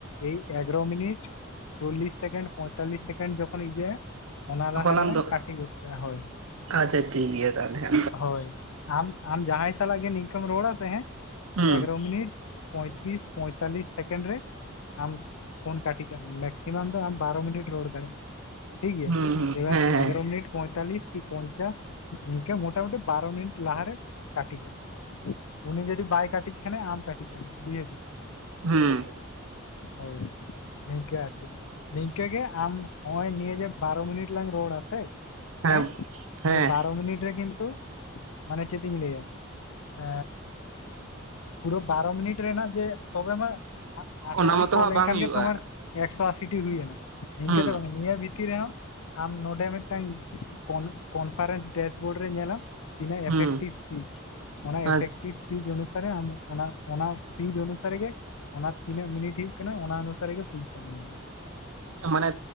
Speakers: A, on the left; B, on the right.
A: ᱮᱭ ᱮᱜᱟᱨᱚ ᱢᱤᱱᱤᱴ ᱪᱚᱞᱞᱤᱥ ᱥᱮᱠᱮᱱᱰ ᱯᱚᱸᱭᱛᱟᱞᱞᱤᱥ ᱥᱮᱠᱮᱱᱰ ᱡᱚᱠᱷᱚᱱ ᱤᱭᱟ. ᱜ- ᱟ ᱚᱱᱟ ᱞᱟᱦᱟ
B: ᱦᱚᱞᱟᱢ
A: ᱨᱮᱞᱟᱝ
B: ᱫᱚ
A: ᱠᱟᱹᱴᱤ ᱜᱚᱫ ᱠᱟᱭᱟ ᱦᱳᱭ
B: ᱟᱪᱪᱷᱟ ᱴᱷᱤᱠ ᱜᱮᱭᱟ᱾ ᱛᱟᱦᱞᱮ ᱦᱟ
A: ᱦᱳᱭ ᱟᱢ ᱟᱢ ᱡᱟᱦᱟᱸᱭ ᱥᱟᱞᱟᱜ ᱜᱮ ᱱᱤᱝᱠᱟᱹᱢ ᱨᱚᱲᱟ ᱥᱮ ᱦᱮᱸ
B: ᱦᱩᱸ
A: ᱮᱜᱟᱨᱚ ᱢᱤᱱᱤᱴ, ᱯᱚᱸᱭᱛᱨᱤᱥ ᱯᱚᱸᱭᱛᱟᱞᱞᱤᱥ ᱥᱮᱠᱮᱱᱰ ᱨᱮ ᱟᱢ ᱯᱷᱳᱱ ᱠᱟᱹᱴᱤ ᱠᱟᱜ ᱢᱮ ᱢᱮᱠᱥᱤᱢᱟᱢ ᱫᱚ ᱟᱢ ᱵᱟᱨᱳ ᱢᱤᱱᱤᱴ ᱨᱚᱲ ᱫᱟᱲᱮᱭᱟᱜ-ᱟ᱾ ᱴᱷᱤᱠ ᱜᱮᱭᱟ
B: ᱦᱩᱸ ᱦᱩᱸ
A: ᱮᱵᱟᱨ
B: ᱦᱮᱸ ᱦᱮᱸ
A: ᱮᱜᱟᱨᱚ ᱢᱤᱱᱤᱴ ᱯᱚᱸᱭᱛᱟᱞᱞᱤᱥ ᱠᱤ ᱯᱚᱧᱪᱟᱥ, ᱱᱤᱱᱝᱠᱟ ᱢᱚᱴᱟᱢᱩᱴᱤ ᱵᱟᱨᱚ ᱢᱤᱱᱤᱴ ᱞᱟᱦᱟᱨᱮ ᱠᱟᱹᱴᱤ ᱠᱟᱜ ᱢᱮ᱾ ᱩᱱᱤ ᱡᱩᱫᱤ ᱵᱟᱭ ᱠᱟᱹᱴᱤᱡ ᱠᱷᱟᱱ ᱟᱢ ᱠᱟᱹᱴᱤᱡ ᱢᱮ ᱵᱩᱡᱷᱟᱹᱣ ᱠᱟ
B: ᱦᱮᱸ
A: ᱦᱚᱭ ᱱᱤᱝᱠᱟᱹ ᱟᱨ ᱪᱮᱫ ᱱᱤᱝᱠᱟᱹ ᱜᱮ ᱟᱢ ᱱᱚᱜ-ᱚᱭ ᱱᱤᱭᱟᱹ ᱵᱟᱨᱚ ᱢᱤᱱᱤᱴ ᱞᱟᱝ ᱨᱚᱲ ᱟᱥᱮ
B: ᱦᱮᱸ
A: ᱦᱮ
B: ᱦᱮᱸ
A: ᱱᱤᱭᱟ ᱵᱟᱨᱚ ᱢᱤᱱᱤᱴ᱾ ᱨᱮ ᱠᱤᱱᱛᱩ ᱢᱟᱱᱮ ᱪᱮᱫ ᱤᱧ ᱞᱟᱹᱭᱟ ᱮ ᱯᱩᱨᱟᱹ ᱵᱟᱨᱚ ᱢᱤᱱᱤᱴ ᱨᱮᱱᱟᱜ ᱡᱮ ᱛᱚᱵᱮ ᱢᱟ ᱟᱨ ᱟᱴᱷᱟᱨᱚᱴᱤ
B: ᱚᱱᱟ ᱢᱚᱛᱚ
A: ᱠᱚ
B: ᱦᱟᱸᱜ
A: ᱞᱮᱱᱠᱷᱟᱱ
B: ᱵᱟᱝ ᱦᱩᱭᱩᱜᱼᱟ
A: ᱜᱮ ᱛᱳᱢᱟᱨ ᱮᱠᱥᱚ ᱟᱥᱤᱴᱤ ᱦᱩᱭᱱᱟ᱾ ᱱᱤᱝᱠᱟᱹ
B: ᱦᱩᱸ
A: ᱫᱚ ᱵᱟᱝ ᱱᱤᱭᱟᱹ ᱵᱷᱤᱛᱤᱨ ᱨᱮᱦᱚᱸ ᱟᱢ ᱱᱚᱰᱮ ᱢᱮᱫᱴᱟᱝ ᱠᱚᱱᱯᱷᱟᱨᱮᱱᱥ ᱰᱮᱥ ᱵᱳᱨᱰ ᱨᱮ ᱧᱮᱞᱟᱢ ᱛᱤᱱᱟᱹᱜ ᱮᱯᱷᱮᱠᱴᱤᱵᱷ
B: ᱦᱩᱸ
A: ᱥᱯᱤᱪ ᱚᱱᱟ
B: ᱟᱪᱪᱷᱟ
A: ᱮᱯᱷᱮᱠᱴᱤᱵᱷ ᱯᱷᱤᱡ ᱚᱱᱩᱥᱟᱨᱮ ᱚᱱᱟ ᱚᱱᱟ ᱯᱷᱨᱤᱡ ᱚᱱᱩᱥᱟᱨ ᱜᱮ ᱚᱱᱟ ᱛᱤᱱᱟᱹᱜ ᱢᱤᱱᱤᱴ ᱦᱳᱭᱳᱜ ᱠᱟᱱᱟ ᱚᱱᱟ ᱚᱱᱩᱥᱟᱨᱤ ᱜᱮ ᱯᱚᱭᱥᱟᱢ ᱧᱟᱢᱟ᱾
B: ᱢᱟᱱᱮ